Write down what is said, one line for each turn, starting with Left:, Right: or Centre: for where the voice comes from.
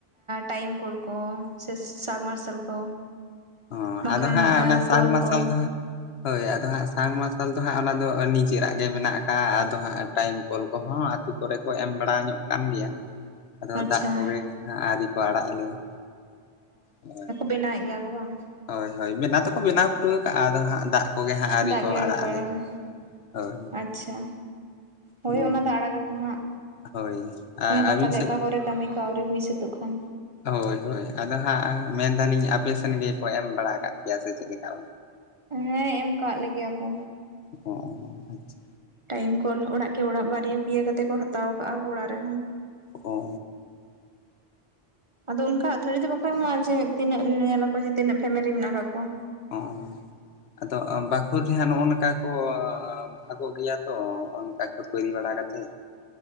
Right: ᱴᱟᱭᱤᱢ ᱠᱚᱞ ᱠᱚ ᱥᱮ ᱥᱟᱵᱢᱟᱨᱥᱟᱞ ᱠᱚ᱾
Left: ᱚ
Right: ᱵᱟᱝᱠᱷᱟᱱ
Left: ᱟᱫᱚ ᱦᱟᱸᱜ ᱚᱱᱟ ᱥᱟᱵᱢᱟᱨᱥᱟᱞ
Right: ᱠᱚᱞ ᱠᱚ
Left: ᱫᱚ ᱦᱟᱸᱜ, ᱦᱳᱭ ᱟᱫᱚ ᱦᱟᱸᱜ ᱥᱟᱨᱢᱟᱨᱥᱟᱞ ᱫᱚ ᱦᱟᱸᱜ ᱚᱱᱟ ᱫᱚ ᱱᱤᱡᱮᱨᱟᱜ ᱜᱮ ᱢᱮᱱᱟᱜ ᱟᱠᱟᱜᱼᱟ, ᱟᱫᱚ ᱦᱟᱸᱜ ᱴᱟᱭᱤᱢ ᱠᱚᱞ ᱠᱚᱦᱚᱸ ᱟᱹᱛᱩ ᱠᱚᱨᱮ ᱠᱚ ᱮᱢ ᱵᱟᱲᱟ ᱧᱚᱜ ᱠᱟᱱ ᱜᱮᱭᱟ᱾ ᱟᱫᱚ
Right: ᱟᱪᱪᱷᱟ
Left: ᱫᱟᱜ ᱠᱚᱜᱮ ᱜᱮ ᱦᱟᱸᱜ ᱟᱹᱣᱨᱤ ᱠᱚ ᱟᱲᱟᱜ ᱟᱞᱮᱭᱟ᱾ ᱦᱳᱭ,
Right: ᱵᱮᱱᱟᱣᱮᱜ ᱜᱮᱭᱟ ᱠᱚ᱾ ᱚ ᱵᱟᱝ᱾
Left: ᱦᱳᱭ ᱦᱳᱭ ᱵᱮᱱᱟ ᱫᱚᱠᱚ ᱵᱮᱱᱟᱣ ᱯᱩᱨᱟᱹᱣ ᱠᱟᱜᱼᱟ, ᱟᱫᱚ ᱦᱟᱸᱜ ᱫᱟᱜ ᱠᱚᱜᱮ ᱦᱟᱸᱜ
Right: ᱫᱟᱜ ᱜᱮ ᱟᱹᱣᱨᱤ
Left: ᱟᱲᱟᱜ
Right: ᱠᱚ
Left: ᱟᱞᱮ
Right: ᱟᱲᱟᱜᱟ
Left: ᱦᱳᱭ
Right: ᱾ᱟᱪᱪᱷᱟ᱾ ᱦᱳᱭ
Left: ᱦᱩᱸ
Right: ᱚᱱᱟ ᱫᱚ ᱟᱲᱟᱜ ᱜᱟᱠᱚ ᱦᱟᱸᱜ,
Left: ᱦᱳᱭ
Right: ᱚᱱᱠᱟ
Left: ᱟᱹᱵᱤᱱ
Right: ᱯᱟᱞᱮ
Left: ᱥᱮᱫ
Right: ᱚᱠᱟ ᱠᱚᱨᱮ ᱠᱟᱹᱢᱤ ᱠᱚ ᱟᱹᱣᱨᱤ ᱦᱩᱭ ᱥᱟᱹᱛᱚᱜ ᱠᱷᱟᱱ᱾
Left: ᱦᱳᱭ ᱦᱳᱭ ᱟᱫᱚ ᱦᱟᱸᱜ ᱢᱮᱱᱫᱟᱹᱞᱤᱧ ᱟᱯᱮ ᱥᱮᱱ ᱜᱮᱠᱚ ᱮᱢ ᱵᱟᱲᱟ ᱟᱠᱟᱫ ᱯᱮᱭᱟ ᱥᱮ ᱪᱮᱫ ᱞᱮᱠᱟ?
Right: ᱦᱮᱸ ᱮᱢ ᱠᱟᱜ ᱞᱮ ᱜᱮᱭᱟ ᱠᱚ᱾
Left: ᱚ ᱟᱪᱪᱷᱟ,
Right: ᱴᱟᱭᱤᱢ ᱠᱚᱞ ᱚᱲᱟᱜ ᱠᱮ ᱚᱲᱟᱜ ᱵᱟᱨᱭᱟ ᱯᱤᱭᱟ ᱠᱟᱛᱮ ᱠᱚ ᱦᱟᱛᱟᱣ ᱟᱠᱟᱜ-ᱟ ᱠᱚ ᱚᱲᱟᱜ ᱨᱮᱦᱚᱸ᱾
Left: ᱚᱻ
Right: ᱟᱫᱚ ᱚᱱᱠᱟ ᱟᱹᱛᱷᱟᱹᱨᱤ ᱫᱚ ᱵᱟᱠᱚ ᱮᱢᱚᱜᱼᱟ ᱡᱮ ᱛᱤᱱᱟᱹᱜ ᱧᱮᱞᱟ ᱠᱚ ᱡᱮ ᱛᱤᱱᱟᱹᱜ ᱯᱷᱮᱢᱮᱞᱤ ᱢᱮᱱᱟᱜ ᱠᱟᱜ ᱠᱚᱣᱟ᱾
Left: ᱚᱸᱻ ᱟᱫᱚ ᱵᱟᱠᱷᱳ ᱛᱟᱦᱮᱸᱱ ᱦᱚᱸᱜᱼᱚ ᱱᱚᱝᱠᱟ ᱠᱚ ᱵᱷᱟᱜᱚᱜ ᱜᱮᱭᱟ ᱛᱚ ᱚᱱᱠᱟ ᱠᱷᱟᱹᱯᱟᱹᱨᱤ ᱵᱟᱲᱟ ᱠᱟᱛᱮ᱾